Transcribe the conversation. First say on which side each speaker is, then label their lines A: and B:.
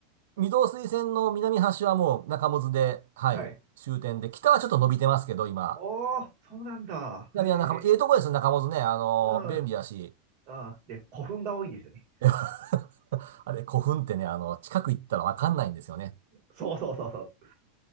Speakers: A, on the right; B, on the right.
A: 御堂筋線の南端はもう中百舌で、はい、
B: はい。
A: 終点で、北はちょっと伸びてますけど、今。
B: おー、そうなんだ。
A: 南は中百舌、
B: へえ、
A: ええとこですよ、中百舌ね。あの、
B: うん、
A: 便利だし。
B: うん。で、古墳が多いですよね。
A: <laughs> あれ、古墳ってね、あの、近く行ったらわかんないんですよね。
B: そうそうそうそう。